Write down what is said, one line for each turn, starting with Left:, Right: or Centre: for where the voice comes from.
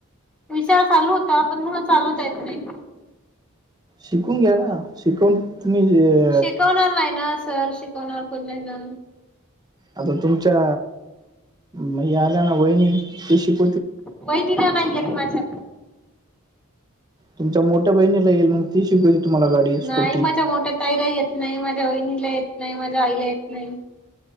Centre: विशार चालू होता पण मंग चालवता येत नाही.
Right: शिकून घ्या ना शिकून तुम्ही हे
Centre: शिकवणार नाही ना सर शिकवणार कोण नाही ना.
Right: आता तुमच्या म आल्या ना वहिणी ती शिक
Centre: वहिनीला नाही येत माझा.
Right: तुमच्या मोठ्या बहिणीला येईल मंग. ती शिकवते तुम्हाला गाडी. स्कूटी
Centre: नाही माझ्या मोठ्या ताईला येत नाही, माझ्या वहिणीला येत नाही, माझ्या आईला येत नाही.